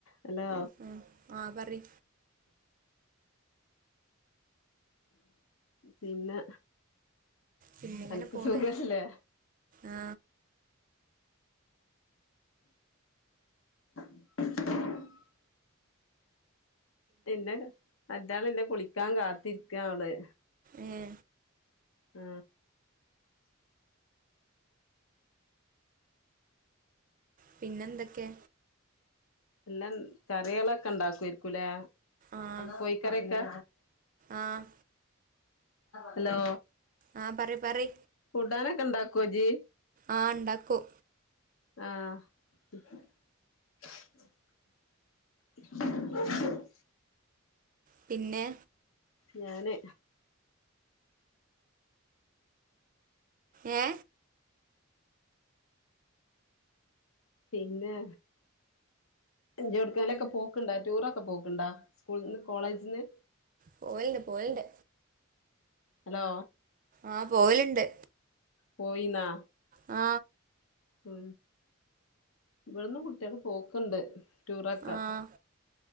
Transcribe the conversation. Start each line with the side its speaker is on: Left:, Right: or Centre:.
Left: ഹലോ.
Right: ഉം ആ പറി
Left: പിന്നെ
Right: പിന്നിങ്ങനെ
Left: അൻക്ക്
Right: പോണ്
Left: സുഖല്ലേ?
Right: ആ
Left: <unintelligible> പിന്നെ മറ്റാള്നെ കുളിക്കാ കാത്തിരിക്കാടെ.
Right: ഏ
Left: ആ
Right: പിന്നെ എന്തൊക്കെ?
Left: എല്ല കറിയേളൊക്കെണ്ടാക്ക്വര്ക്കൂലേ
Right: ആഹ്
Left: കോഴിക്കറ്യോക്കെ?
Right: ആഹ്
Left: ഹലോ
Right: ആഹ് പറി പറി
Left: കൂട്ടാനൊക്കെണ്ടാക്കോ ജി?
Right: ആ ണ്ടാക്കും.
Left: ആ. <unintelligible>
Right: പിന്നെ
Left: ഞാന്
Right: ഏ?
Left: പിന്നെ ജ്ജ്‌ ഏടുക്കേലൊക്കെ പോക്ക്ണ്ടാ ടൂറൊക്കെ പോക്ണ്ടാ? സ്കൂള് ന്ന് കോളേജിന്ന്?
Right: പോവൽണ്ട് പോവൽണ്ട്
Left: ഹലോ
Right: ആഹ് പോവല്ണ്ട്
Left: പോയിന്നാ?
Right: ആ
Left: ഉ ഇവിടന്ന് കുട്ടികള് പോക്ക്ണ്ട് റ്റൂറൊക്കെ
Right: ആഹ്